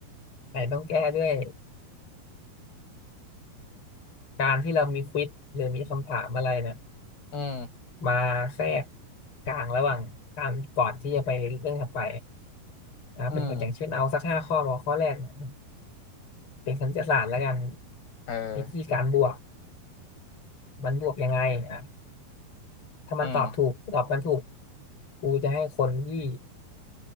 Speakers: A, on the left (about 35°); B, on the left (about 90°).
A: ไอ้ต้องแก้ด้วยการที่เรามีควิซหรือมีคำถามอะไรเนี่ย
B: อืม
A: มาแทรกกลางระหว่างการก่อนที่จะไปเรื่องถัดไปอ่าเป็นอย่างเช่นเอาสักห้าข้อบอกข้อแรกเนี่ย
B: อืม
A: เป็นคณิตศาสตร์แล้วกัน
B: เออ
A: วิธีการบวก มันบวกยังไงอ่ะถ้ามันตอบถูกตอบมันถูก
B: อืม
A: กูจะให้คนที่